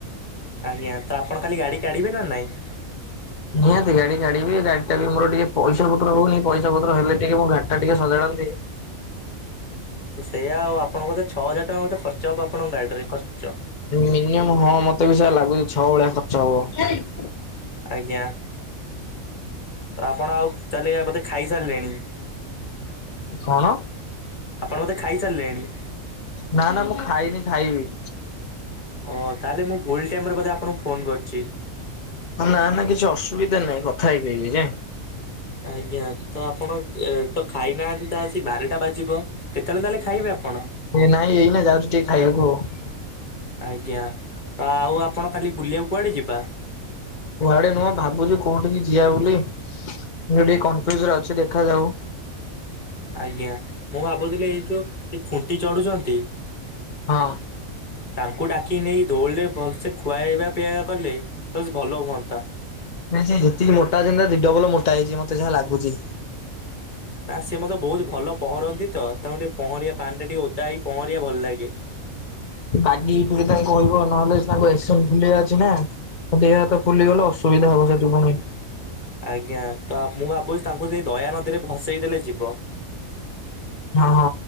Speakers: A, on the left; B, on the left.
A: ଆଜ୍ଞା ତ ଆପଣ ଖାଲି ଗାଡି କାଢିବେ ନା ନାଇଁ?
B: ନିହାତି ଗାଡି କାଢ଼ିବି ଗାଡି ଟା ବି ମୋର ଟିକେ ପଇସା ପତ୍ର ହଉନି ପଇସା ପତ୍ର ହେଲେ ଟିକେ ମୋ ଗାଡି ଟା ଟିକେ ସଜାଡ଼ନ୍ତି।
A: ତ ସେଇଆାଉ ଆପଣଙ୍କ କେ ଛଅ ହଜାର ଟଙ୍କା ମେ ଖର୍ଚ୍ଚ ହବ ଆପଣଙ୍କ ଗାଡି ରେ ଖର୍ଚ୍ଚ।
B: ମିନିମମ୍ ହଁ ମତେ ବି ସେୟା ଲାଗୁଛି ଛଅ ଭଳିଆ ଖର୍ଚ୍ଚ ହବ।
A: ଆଜ୍ଞା। ତ ଆପଣ ଆଉ <unintelligible> ବୋଧେ ଖାଇସାରିଲେଣି।
B: କଣ?
A: ଆପଣ ବୋଧେ ଖାଇସାରିଲେଣି?
B: ନା ନା ମୁଁ ଖାଇନି ଖାଇବି।
A: ଓ ତାହେଲେ ମୁଁ ଭୁଲ ଟାଇମରେ ବୋଧେ ଆପଣଙ୍କୁ ଫୋନ କରିଛି।
B: ନା ନା କିଛି ଅସୁବିଧା ନାହିଁ କଥା ହେଇପାରବି ଯେ।
A: ଆଜ୍ଞା ତ ଆପଣ ତ ଖାଇନାହାନ୍ତି ତ ଆସି ବାରଟା ବାଜିବ। କେତେବେଳେ ତାହେଲେ ଖାଇବେ ଆପଣ।
B: ଏ ନାଇଁ ଏଇନା ଯାଉଚି ଟିକେ ଖାଇବାକୁ ଆଉ।
A: ଆଜ୍ଞା ଆଉ ଆପଣ କାଲି ବୁଲିବାକୁ କୁଆଡେ ଯିବା।
B: କୁଆଡେ ନୁହଁ ଭାବୁଚି କୋଉଠିକି ଯିିଆ ବୋଲି। ମୁଁ ଟିକେ କନଫ୍ୟୁଜରେ ଅଛି ଦେଖାଯାଉ।
A: ଆଜ୍ଞା ମୁଁ ଭାବୁଥିଲି ଏଇ ଯୋଉ ଖୁଣ୍ଟି ଚଢୁଚନ୍ତି
B: ହଁ।
A: ତାଙ୍କୁ ଡାକି ନେଇକି ଦଉଳିଲେ ଭଲସେ ଖୁଆଇବା ପିଇବା କଲେ ତ ସେ ଭଲ ହୁଅନ୍ତା।
B: ନାଇଁ ସେ ଯେତିକି ମୋଟାଅଛନ୍ତିନା ଦିଡବଲ ମୋଟା ହେଇଜିବେ ମତେ ଯାହା ଲାଗୁଛି।
A: ନା ସେ ମଦ ବୋହୁତ ଭଲ ପଁହଁରନ୍ତି ତ ତାଙ୍କୁ ଟିକେ ପହଁରିବା ପାଣି ରେ ଟିକେ ଓତା ହେଇ ପହଁରିବା ଭଲ ଲାଗେ।
B: ବାଗି ଟିକେ ତାଙ୍କୁ କହିବ ନହେଲେ ତାଙ୍କୁ ଏସନ ଫୁଲିଆ ଅଛି ନା। ଦେହ ହାତ ଫୁଲିଗଲେ ଅସୁବିଧା ହବ ସେଟୁ ପୁଣି।
A: ଆଜ୍ଞା ତ ମୁଁ ଆବୁଚି ତାଙ୍କୁ ସେଇ ଦୟାନଦୀରେ ଭସେଇ ଦେଲେ ଯିବ।
B: ହଁ ହଁ